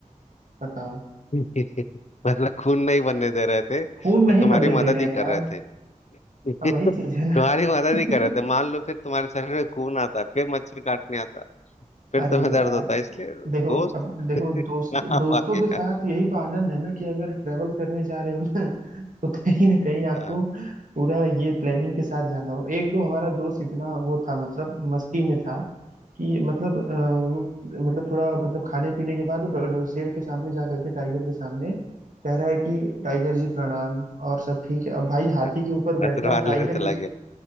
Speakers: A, on the right (about 70°); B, on the left (about 55°).
A: बताओ
B: <laughs> मतलब खून नहीं बनने दे रहे थे
A: खून
B: वो
A: नहीं
B: तुम्हारी
A: बनने
B: मदद
A: दे रहे
B: ही
A: हैं
B: कर
A: यार
B: रहे थे <laughs>
A: अब वही
B: तुम्हारी
A: चीज है ना
B: मदद
A: <laughs>
B: ही कर रहे थे मान लो फिर तुम्हारे शरीर में खून आता फिर मच्छर काटने आता फिर
A: अरे
B: तुम्हें दर्द
A: यार
B: होता है इसलिए
A: देखो
B: दोस्त
A: अब देखो
B: <laughs>
A: दोस्त
B: काम
A: दोस्तों
B: आ गया
A: के साथ यही तो आनंद है ना कि अगर ट्रेवल करने जा रहे हो ना तो कहीं ना कहीं आपको
B: हाँ,
A: पूरा ये प्लानिंग के साथ जाना होगा एक तो हमारा दोस्त इतना वो था मतलब मस्ती में था कि मतलब अ, वो मतलब थोड़ा मतलब खाने पीने के बाद वो ड- ड- शेर के सामने जा करके टाइगर के सामने कह रहा है कि टाइगर जी प्रणाम और सब ठीक है अब भाई हाथी
B: हाँ,
A: के ऊपर
B: अतरवार
A: बैठा है टाइगर
B: लेने चला
A: भी उस-